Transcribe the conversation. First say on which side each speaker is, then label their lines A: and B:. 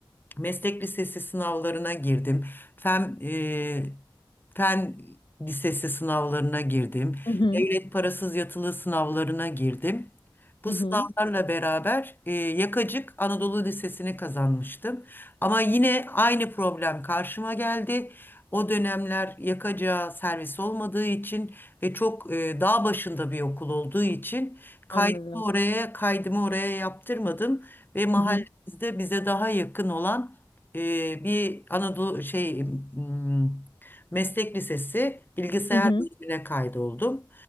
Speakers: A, on the left; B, on the left.
A: meslek lisesi sınavlarına girdim. Fen, e, fen lisesi sınavlarına girdim.
B: Hı hı.
A: Devlet parasız yatılı sınavlarına girdim. Bu
B: Hı
A: sınavlarla
B: hı.
A: beraber e, Yakacık Anadolu Lisesi'ni kazanmıştım. Ama yine aynı problem karşıma geldi. O dönemler Yakacık'a servis olmadığı için ve çok e, dağ başında bir okul olduğu için kaydımı
B: Anladım.
A: oraya kaydımı oraya yaptırmadım ve mahalle
B: Hı hı.
A: Bizde bize daha yakın olan e, bir Anadolu şey mm, meslek lisesi bilgisayar
B: Hı hı.
A: bölümüne kaydoldum.